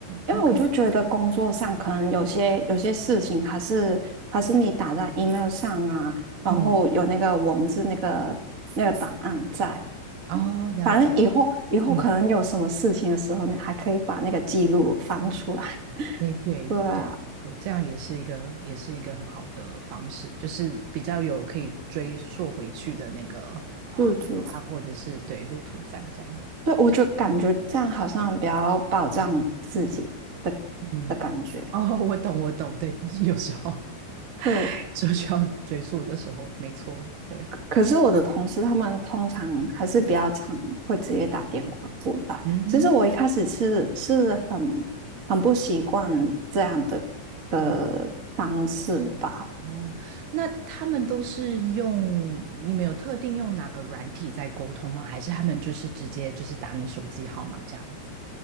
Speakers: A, on the right; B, on the right.
A: 因为我就觉得工作上可能有些有些事情还是还是你打在
B: ，OK，
A: email 上啊，然后有那个文字那个那个档案在，
B: 嗯，哦，了解，
A: 反正以后以后可能有什么事情的时候，
B: 嗯，
A: 你还可以把那个记录翻出来。<laughs>
B: 诶，对对，
A: 对啊，
B: 没错这样也是一个，也是一个很好的方式，就是比较有可以追溯回去的那个啊、
A: 对对。
B: 嗯答案或者是对路途在这样，
A: 对，我就感觉这样好像比较保障自己的
B: 对，嗯，
A: 的感觉。
B: 哦，我懂，我懂，对，就是有时候 <laughs>
A: 对，
B: 是需要追溯的时候，没错，对，
A: 可是我的同事他们通常还是比较常会直接打电话过来。
B: 嗯
A: 其实我一开始是是很很不习惯这样的的方式吧。
B: 嗯，是，哦，那他们都是用，你们有特定用哪个软体在沟通吗？还是他们就是直接就是打你手机号码这样子？